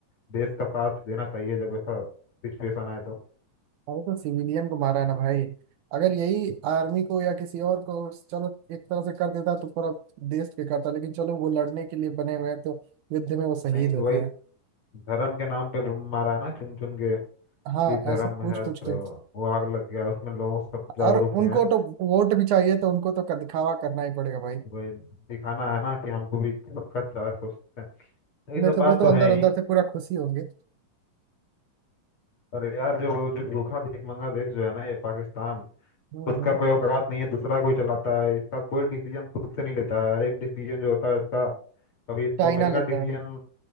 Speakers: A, on the left (about 40°); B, on the right (about 70°).
A: देश का साथ देना चाहिए जब ऐसा सिचुएशन आए तो
B: भाई तो सिविलियन को मारा है ना भाई अगर यही आर्मी को या किसी और को चलो एक तरह से कर देता तो पूरा देश पे करता लेकिन चलो वो लड़ने के लिए बने हुए हैं तो युद्ध में वो शहीद
A: नहीं
B: होते
A: वही
B: हैं
A: धर्म के नाम पे वो मारा है ना चुन चुन के
B: हाँ
A: कि धर्म
B: ऐसे पूछ
A: है
B: पूछ
A: तो
B: के
A: वो आग लग गया उसमें लोग सब जागरूक
B: और
A: हुए
B: उनको
A: हैं
B: तो वोट भी चाहिए तो उनको तो दिखावा करना ही पड़ेगा भाई
A: वही दिखाना है ना कि हमको भी सबका अच्छा सोचते हैं यही
B: नहीं
A: सब
B: तो
A: बात
B: वो तो
A: तो
B: अंदर
A: है ही
B: अंदर से पूरा खुशी होंगे
A: पर यार जो जो भूखा भीख मंगा देश जो है ना ये पाकिस्तान
B: हम्म
A: खुद का कोई औकात नहीं है दूसरा कोई चलाता है इसका कोई डिसीजन खुद से नहीं लेता है हर एक डिसीजन जो होता है इसका कभी इसको
B: चाइना
A: अमेरिका
B: लेता
A: डिसीजन
B: है